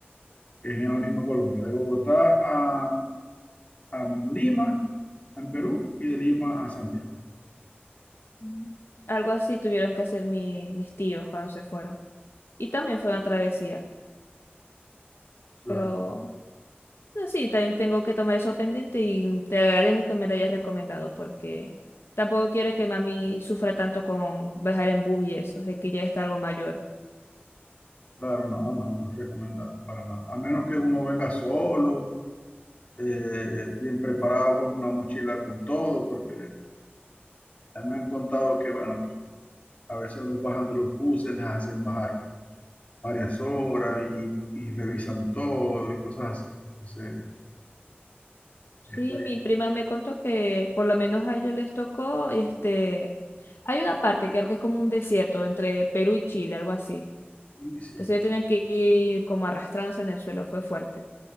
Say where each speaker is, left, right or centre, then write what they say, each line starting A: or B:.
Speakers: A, on the left (about 35°); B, on the left (about 75°).
A: que es en la misma
B: Mm,
A: Colombia. De Bogotá a, a Lima, en Perú, y de Lima a Santiago.
B: mm. Algo así tuvieron que hacer mi- mis tíos cuando se fueron. Y también fue una travesía.
A: Claro,
B: Pero no, sí, también tengo que tomar eso pendiente y te agradezco que me lo hayas recomendado porque tampoco quiero que mami sufra tanto con viajar en bus y eso, de que ya está algo mayor.
A: claro, no, no, no es recomendable para nada. A menos que uno venga solo. eh, eh, bien preparado con una mochila con todo, porque ya me han contado que, bueno, A veces los bajan de los buses, les hacen bajar varias horas y, y revisan todo y cosas así. Entonces, es
B: Sí,
A: la...
B: mi prima me contó que por lo menos a ellos les tocó, este, hay una parte que creo que es como un desierto entre Perú y Chile, algo así.
A: Uy, sí.
B: Entonces ellos tenían que ir como arrastrándose en el suelo, fue fuerte.